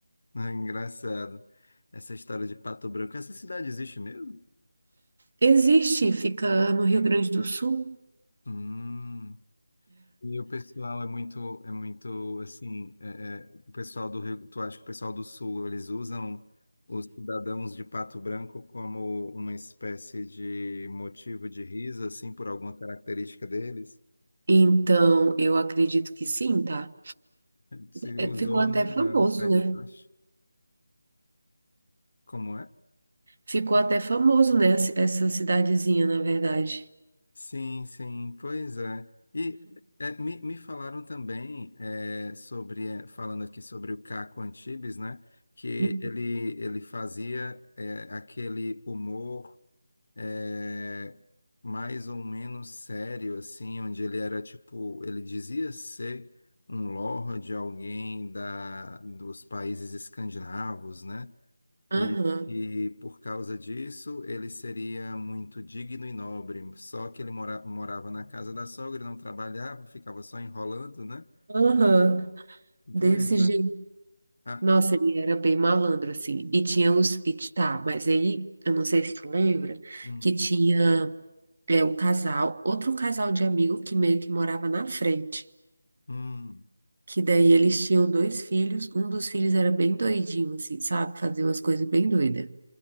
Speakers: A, on the left; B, on the right.
A: Ah, engraçado. Essa história de Pato Branco. Essa cidade existe mesmo?
B: Existe, fica no Rio Grande do Sul.
A: Hum. E o pessoal é muito, é muito assim, é- é, o pessoal do Rio, tu acha que o pessoal do Sul, eles usam os cidadãos de Pato Branco como uma espécie de motivo de riso, assim, por alguma característica deles?
B: Então, eu acredito que sim, tá?
A: Se
B: É,
A: usou,
B: ficou até
A: né,
B: famoso,
A: na- no Sai
B: né?
A: de Baixo. Como é?
B: Ficou até famoso, né? Essa essa cidadezinha, na verdade.
A: Sim, sim, pois é. E é, me, me falaram também é, sobre, é, falando aqui sobre o Caco Antibes, né? Que
B: Uhum.
A: ele, ele fazia é, aquele humor é, mais ou menos sério, assim, onde ele era tipo, ele dizia ser um lord, alguém da, dos países escandinavos, né? e
B: Aham,
A: que por causa disso ele seria muito digno e nobre. Só que ele mora- morava na casa da sogra, não trabalhava, ficava só enrolando, né?
B: aham. Desse
A: Pois é.
B: jeito.
A: Ah,
B: Nossa, ele era bem malandro, assim. E tinha os. E, t- tá, mas aí, eu não sei se tu lembra,
A: hum,
B: que tinha é, o casal, outro casal de amigo que meio que morava na frente.
A: hum,
B: que daí eles tinham dois filhos, um dos filhos era bem doidinho, assim, sabe? Fazia umas coisas bem doidas.